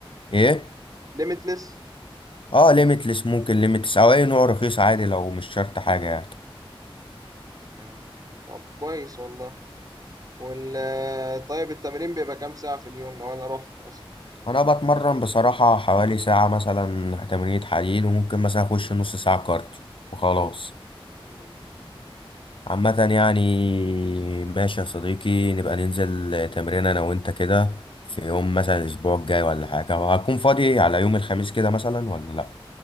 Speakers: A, on the left (about 60°); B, on the right (about 40°).
A: إيه؟
B: ليميتلس
A: اه ليميتلس ممكن ليميتلس أو أي نوع رخيص عادي لو مش شرط حاجة يعني
B: مم. طب كويس والله وال طيب التمرين بيبقى كام ساعة في اليوم لو أنا رحت مثلا
A: أنا بتمرن بصراحة حوالي ساعة مثلا تمرينة حديد وممكن مثلا أخش نص ساعة كارديو وخلاص
B: مم.
A: عامة يعني ماشي يا صديقي نبقى ننزل تمرين انا وانت كده في يوم مثلا الاسبوع الجاي ولا حاجة وهكون فاضي على يوم الخميس كده مثلا ولا لا